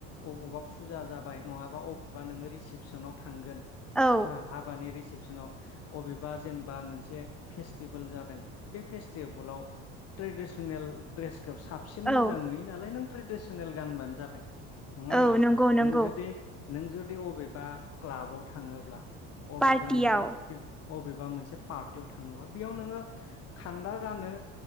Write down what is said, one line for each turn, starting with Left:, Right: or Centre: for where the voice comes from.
Left: अबावबा फुजा जाबाय नंङाबा अबावबा नोंङो रिसिपसनाव थांगोन
Centre: औ
Left: हा हाबानि रिसिब अबेबा जेनेबा मोनसे फेसटिभेल जादों बे फेटिभेलाव ट्रिडिसनेल ड्रेस साबसिन
Centre: औ
Left: मोजां नुयो। है नों ट्रेडिसनेल गानबानो जाबाय। नङा होमबा
Centre: औ नंगौ नंगौ
Left: नों जुदि नों जुदि अबेबा क्लाबाव थाङोब्ला अबेबा
Centre: पार्टियाव
Left: नोङो अबेबा मोनसे पार्टियाव थाङोबा, बेयाव नोङो खान्दा गानो